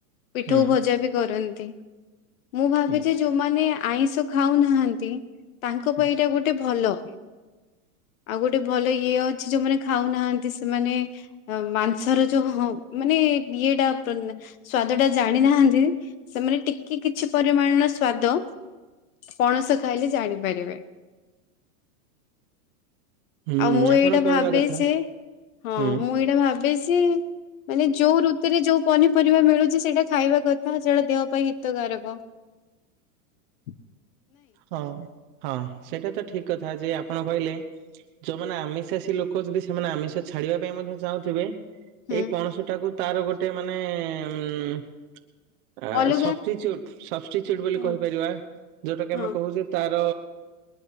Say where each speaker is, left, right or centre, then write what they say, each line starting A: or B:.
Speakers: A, on the left; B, on the right.
A: ପିଠଉ
B: ହୁଁ
A: ଭଜା ବି କରନ୍ତି ମୁଁ ଭାବିଛି
B: ଆଜ୍ଞା
A: ଯୋଉମାନେ ଆଇଁଷ ଖାଉନାହାନ୍ତି ତାଙ୍କ
B: ଆଜ୍ଞା
A: ପାଇଁ ଏଇଟା ଗୋଟେ ଭଲ। ଆଉ ଗୋଟେ ଭଲ ଇଏ ଅଛି ଯୋଉମାନେ ଖାଉନାହାନ୍ତି ସେମାନେ। ଅ ମାଂସର ଯୋଉ ହଁ ମାନେ ଇଏଟା ପ ସ୍ଵାଦ ଟା ଜାଣିନାହାନ୍ତି। ସେମାନେ ଟିକେ କିଛି ପରିମାଣର ସ୍ଵାଦ। ପଣସ ଖାଇଲେ ଜାଣିପାରିବେ।
B: ହୁଁ
A: ଆଉ ମୁଁ
B: ଆପଣ
A: ଏଇଟା
B: କହିବା
A: ଭାବେ
B: କଥା
A: ଯେ ହଁ
B: ହୁଁ
A: ମୁଁ ଏଇଟା ଭାବେ ଯେ ମାନେ ଯୋଉ ଋ ତୁରେ ଯୋଉ ପନିପରିବା ମିଳୁଛି ସେଇଟା ଖାଇବା କଥା ସେଟା ଦେହ ପାଇଁ ହିତକାରକ। <inaudible>
B: ହଁ ହଁ ସେଇଟା ତ ଠିକ କଥା ଯେ ଆପଣ କହିଲେ ଯୋଉମାନେ ଆମିଷାସି ଲୋକ ଥିବେ ସେମାନେ ଆମିଷ ଛାଡିବା ପାଇଁ ମଧ୍ୟ ଚାହୁଁଥିବେ।
A: ହୁଁ
B: ଏଇ ପଣସ ଟାକୁ ତାର ଗୋଟେ ମାନେ ଉଁ। ଆ
A: ଅଲଗା
B: ସପ୍ସିଚ୍ୟୁଟ ସପ୍ସିଚ୍ୟୁଟ ବୋଲି
A: ହୁଁ
B: କହିପାରିବା ଯୋଉଟା କି
A: ହଁ
B: ଆମେ ହଉ ସେ ତାର